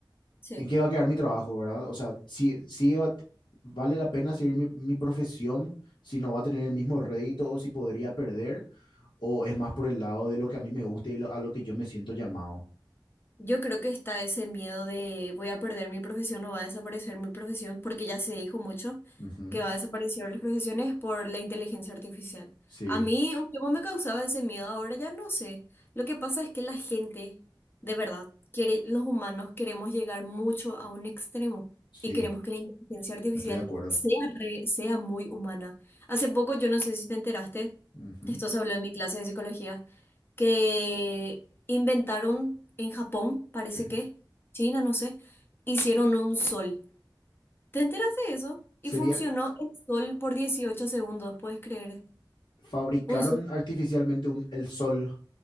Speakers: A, on the left; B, on the left.
A: Sí.
B: ¿en qué va a quedar mi trabajo, verdad? O sea, si, si va- vale la pena seguir mi, mi profesión, si no va a tener el mismo rédito o si podría perder, o es más por el lado de lo que a mí me gusta y lo- a lo que yo me siento llamado.
A: Yo creo que está ese miedo de voy a perder mi profesión o va a desaparecer mi profesión, porque ya se dijo mucho
B: Ujú,
A: que va a desaparecer las profesiones por la inteligencia artificial.
B: Sí,
A: A mí un tiempo me causaba ese miedo, ahora ya no sé. Lo que pasa es que la gente, de verdad, quiere, los humanos queremos llegar mucho a un extremo
B: sí,
A: y queremos que la inteligencia artificial
B: estoy de acuerdo.
A: sea re- sea muy humana. Hace poco, yo no sé si te enteraste,
B: Ujú.
A: esto se habló en mi clase de psicología que inventaron en Japón, parece
B: Sí.
A: que, China, no sé, hicieron un sol. ¿Te enteraste de eso?
B: Sería,
A: Y funcionó el sol por 18 segundos, ¿puedes creer?
B: fabricaron
A: Un sol,
B: artificialmente un, el sol.